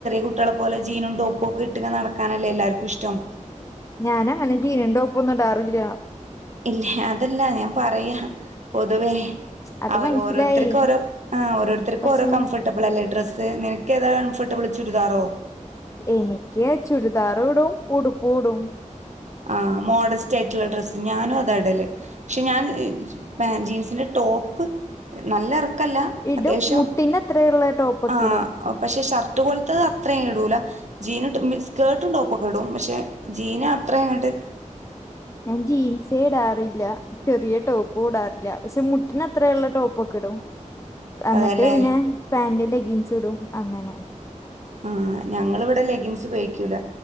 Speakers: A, on the right; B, on the left.
A: കുട്ടളെ പോലെ ജീനും ടോപ്പും ഒക്കെ ഇട്ട നടക്കാനല്ലേ എല്ലർക്കും ഇഷ്ടം
B: ഞാനങ്ങനെ ജീനും ടോപ്പൊന്നും ഇടാറില്യാ
A: ഇല്ലേ അതല്ലാ ഞാൻ പറയാ പൊതുവേ
B: അത്
A: അവർ
B: മനസ്സിലായി
A: ഓരോരുത്തർക്കും ഓരോ ഓരോരുത്തർക്കും
B: പക്ഷെ
A: ഓരോ കംഫോർട്ടബിൾ അല്ലേ ഡ്രസ്സ് നിനക്കെന്താ കംഫേർട്ടബിള് ചുരിതാറോ
B: എനിക്ക് ചുരിദാറും ഇടും ഉടുപ്പും ഇടും
A: ആ മോഡസ്റ്റ് ആയിട്ടുള്ള ഡ്രസ്സ് ഞാനും അതടല് പക്ഷെ ഞാൻ ജീൻസിന്റെ ടോപ്പ് ടോപ്പ് നല്ല എറക്കം അല്ല
B: ഇടും
A: അത്യാവശ്യം
B: മുട്ടിനത്രയുള്ള ടോപ്പൊക്കെ
A: ആ
B: ഇടും
A: പക്ഷെ ഷർട്ട് ഷർട്ട് പോലെത്തെ അത്രേ ഇടൂല്ല ജീൻ സ്കേർട്ടും ടോപ്പൊക്കെ ഇടും പക്ഷെ ജീനാ അത്രയങ്ങട്
B: ഞാൻ ജീൻസേ ഇടാറില്ല ചെറിയ ടോപ്പും ഇടാറില്ല പക്ഷെ മുട്ടിന് അത്രള്ള ടോപ്പ് ടോപ്പൊക്കെ ഇടും അന്നിട്ട്
A: അതെല്ലേ
B: പിന്നെ പാന്റ് ലെഗീൻസ് ഇടും അങ്ങനെ
A: ആഹ് ഞങ്ങളിവിടെ ലെഗിൻസ് ഉപയോഗിക്കൂല